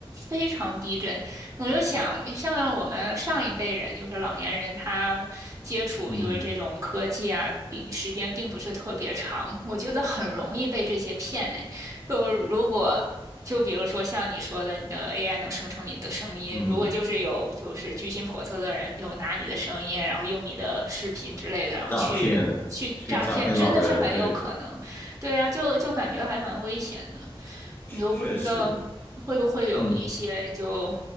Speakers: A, on the right; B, on the left.
A: 非常逼真。我就想，像我们上一辈人，就是老年人，他接触就是这种科技啊，
B: 嗯
A: 并时间并不是特别长，我觉得很容易被这些骗哎。就如果就比如说像你说的，你的 AI 能生成你的声音，
B: 嗯，
A: 如果就是有就是居心叵测的人，就拿你的声音，然后用你的视频之类的，
B: 去诈骗，
A: 然后去去诈骗，
B: 去诈骗老人，
A: 真的是很有可能。
B: 对，
A: 对啊，就就感觉还蛮危险的，
B: 确确实，
A: 你又不知道会不会有一些就，
B: 嗯。